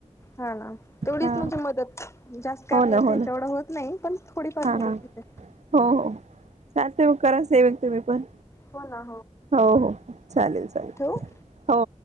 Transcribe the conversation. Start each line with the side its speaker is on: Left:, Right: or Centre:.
Left: हा ना तेवढच
Right: हा
Left: म्हणजे मदत जास्त काय
Right: हो
Left: आपल्याला
Right: ना हो
Left: त्यांच्या
Right: ना
Left: एवढं होत नाही पण थोडीफार
Right: हा
Left: मदत
Right: हा
Left: होते
Right: हो हो स ते करा सेव तुमही पण
Left: हो ना
Right: हो हो चालेल चालेल
Left: ठेवू
Right: हो